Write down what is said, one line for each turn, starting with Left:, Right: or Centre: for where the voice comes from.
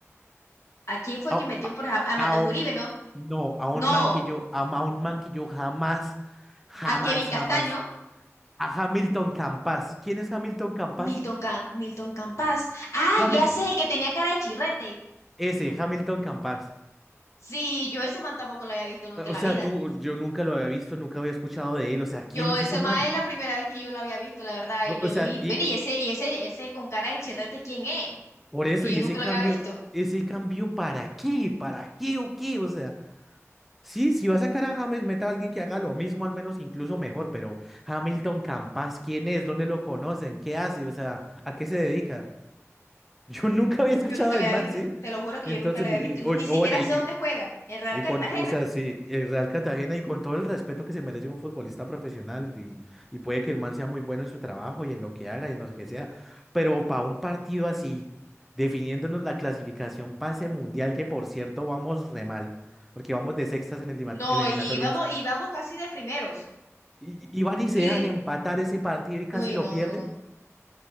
Left: ¿A quién fue
Centre: A,
Left: que metió
Centre: a-
Left: por a, a Mateo
Centre: a un-
Left: Uribe, no?
Centre: no, a un
Left: No,
Centre: man que yo, a, ma- un man que yo jamás, jamás,
Left: a Kevin Castaño.
Centre: jamás a Hamilton Campas. ¿Quién es Hamilton Campas?
Left: Milton, Cam- Milton Campas. Ah,
Centre: Hamil
Left: ya sé, el que tenía cara de chirrete.
Centre: ese, Hamilton Campas.
Left: Sí, yo ese man tampoco lo había visto nunca
Centre: O
Left: en la
Centre: sea,
Left: vida.
Centre: tú, yo nunca lo había visto, nunca había escuchado de él. O sea, ¿quién
Left: Yo
Centre: es
Left: ese
Centre: ese
Left: man
Centre: man?
Left: es la primera vez que yo lo había visto, la verdad.
Centre: No,
Left: Y yo
Centre: O sea,
Left: vi,
Centre: y,
Left: bueno, y
Centre: y
Left: ese, y ese, ese con cara de chirrete, ¿quién es?
Centre: por eso,
Left: Que
Centre: y
Left: yo nunca
Centre: ese cambio,
Left: lo había visto.
Centre: ese cambio, ¿para qué? ¿Para qué o qué? O sea, sí, si va a sacar a James, meta a alguien que haga lo mismo, al menos incluso mejor, pero Hamilton Campas, ¿quién es? ¿Dónde lo conocen? ¿Qué hace? O sea, ¿a qué se dedica? <laughs> Yo nunca había escuchado
Left: Yo nunca
Centre: del
Left: lo había
Centre: man,
Left: visto.
Centre: ¿sí?
Left: Te lo juro que
Centre: Entonces,
Left: yo nunca lo había
Centre: y-
Left: visto. Ni
Centre: o,
Left: siquiera
Centre: o bueno, y,
Left: sé dónde juega. En Real
Centre: Y
Left: Cartagena.
Centre: con, o sea, sí, el Real Cartagena y con todo el respeto que se merece un futbolista profesional y, y puede que el man sea muy bueno en su trabajo y en lo que haga y en lo que sea, pero para un partido así, definiéndonos la clasificación pase mundial, que por cierto vamos re mal, porque vamos de sextas en elima-
Left: No,
Centre: eliminatorias,
Left: y vamos, y vamos casi de primeros.
Centre: y, y van y se
Left: Y
Centre: dejan
Left: de-
Centre: empatar ese partido y casi
Left: uy,
Centre: lo
Left: no,
Centre: pierden.
Left: no.